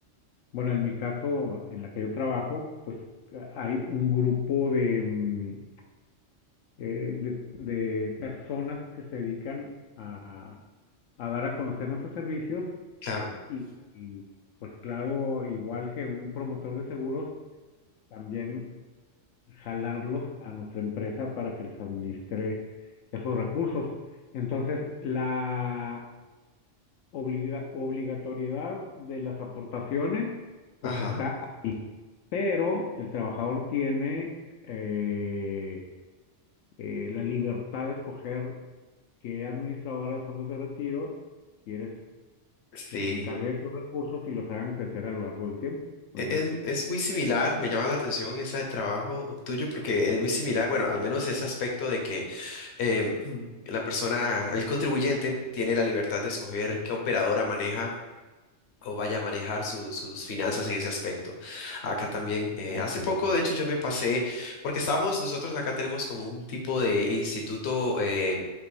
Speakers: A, on the left; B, on the left.
A: Bueno, en mi caso, en la que yo trabajo, pues hay un grupo de, mm, eh, de, de personas que se dedican a, a dar a conocer nuestros servicios
B: Claro.
A: y, y, pues claro, igual que un promotor de seguros, también jalarlos a nuestra empresa para que les administre esos recursos. Entonces, la obliga- obligatoriedad de las aportaciones pues
B: Ajá.
A: está pero el trabajador tiene eh, eh, la libertad de escoger qué administradora de fondos de retiro quieres
B: Sí.
A: que se encargue de tus recursos y los hagan crecer a lo largo del tiempo, ¿verdad?
B: E- Es, es muy similar, me llama la atención ese trabajo tuyo porque es muy similar, bueno, al menos ese aspecto de que eh, <clears throat> la persona, el contribuyente, tiene la libertad de escoger qué operadora maneja o vaya a manejar su- sus finanzas en ese aspecto. Acá también, eh,
A: Ok.
B: hace poco, de hecho, yo me pasé, porque estamos, nosotros acá tenemos como un tipo de instituto eh,